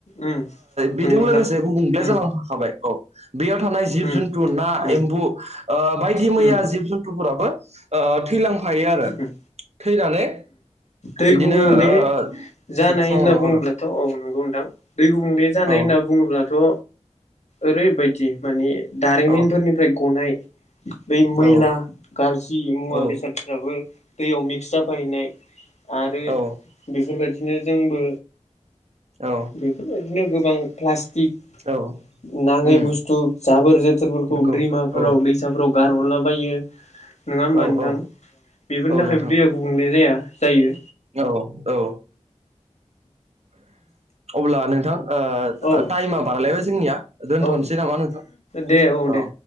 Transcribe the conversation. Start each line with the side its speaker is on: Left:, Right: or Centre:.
Left: उम
Right: बेजों
Left: नंगौ नोंथां
Right: लोगोसे गुबुंग्ले
Left: उम
Right: जालांफाखाबाय औ बेयाव थानाय जिब
Left: उम
Right: जुथु ना
Left: उम
Right: एम्बु ओ बायदि मैया
Left: उम
Right: जिब जुथुफोराबो ओ थैलांफायो आरो
Left: उम
Right: थैनानै
Left: दै
Right: बिदिनो
Left: गुबले
Right: ओ
Left: जानाय
Right: जोबस्रांलाङो
Left: होनना बुङोब्लाथ'
Right: आरो
Left: औ नंगौ नथां‌ दै गुबुंले जानाय
Right: औ
Left: होनना बुङोब्लाथ' ओरैबायदि माने दारिमिनफोरनिफ्राय
Right: औ
Left: गनाय बै मैला
Right: औ
Left: गाजज्रि मुवा
Right: औ
Left: बेसादफ्राबो दैयाव मि फैनाय आरो
Right: औ
Left: बेफोरबायदिनो जोंबो
Right: औ
Left: बेफोरबायदिनो गोबां प्लासटि तिग
Right: औ
Left: नाङै
Right: उम
Left: बुस्थु जाबोर जोथोरफोरखौ
Right: नंगौ
Left: दैमाफोराव
Right: औ
Left: दैसाफोराव गारहरलाबायो नङा होमबा
Right: औ
Left: नोंथां
Right: औ
Left: बेफोरनि
Right: औ
Left: थाखायबो
Right: नोंथां
Left: दैया गुबुंले जाया जायो
Right: औ औ अब्ला नोंथां ओ
Left: औ
Right: टाइमा बारलायबाय जोंनिया दोनथ'नोसै
Left: औ
Right: नामा नोंखौ
Left: दे दे
Right: औ